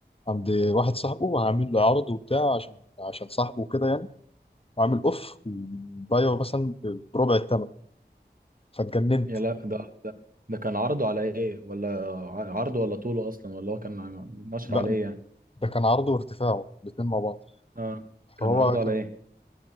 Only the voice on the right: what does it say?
يا لا ده ده ده كان عرضه على ايه ولا ع- عرضه ولا طوله اصلا ولا هو كان عم- نشره
على ايه يعني
اه كان
عرضه
على ايه